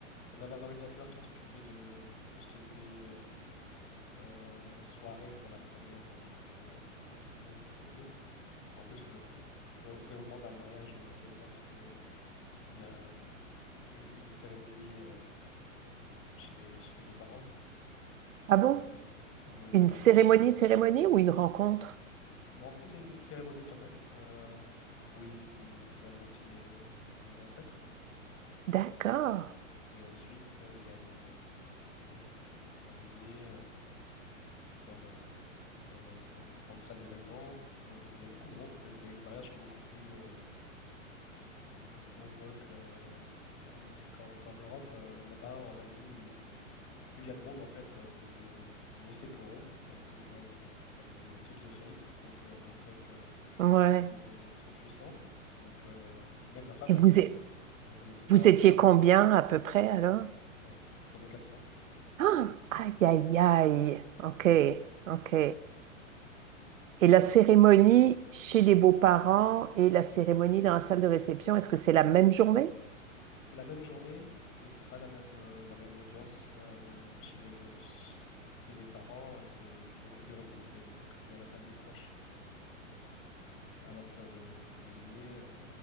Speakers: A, on the left; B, on the right.
A: On avait un ordinateur qui s'occupait de tout ce qui était euh, euh, soirée pour la première, euh, pour la, pour la première euh, venue. En plus, le, le do- déroulement d'un mariage au Vietnam, c'est il y a euh, une, une cérémonie euh, euh, chez les, chez les beaux-parents
B: Ah bon?
A: euh, le,
B: Une
A: le matin,
B: cérémonie, cérémonie ou une rencontre?
A: une rencontre et une cérémonie quand même, euh, où ils, ils célèbrent aussi les, les ancêtres.
B: D'accord.
A: Et ensuite, euh, il y a une, euh, il y a un, un dîner euh, dans un, dans un grand- une grande salle d'événements euh, où il y a beaucoup de monde. C'est- Les, les mariages sont beaucoup plus euh, euh, nombreux que, euh, qu'en, qu'en Europe. Euh, là-bas, en Asie, plus il y a de monde, en fait, euh, mieux, mieux c'est pour eux. Euh, ils veulent, euh, comme on dit, euh, keep the face, donc euh, montrer que
B: Ouais.
A: ils ont, ils sont puissants. Donc, euh, même ma femme,
B: Et
A: elle
B: vous,
A: connaissait,
B: é-
A: elle connaissait pas,
B: vous étiez
A: c'est pas vraiment
B: combien à peu près alors?
A: euh, autour de 400.
B: Ah, aïe, aïe, aïe. OK, OK. Et
A: Et
B: la cérémonie chez les beaux-parents et la cérémonie dans la salle de réception, est-ce que c'est la même journée?
A: C'est la même journée, mais c'est pas la même, euh, la même audience. Euh, le- chez les, chez les parents, euh, c'est, c'est beaucoup plus réduit. C'est- ça se réduit à la famille proche. Alors que le, le dîner, euh,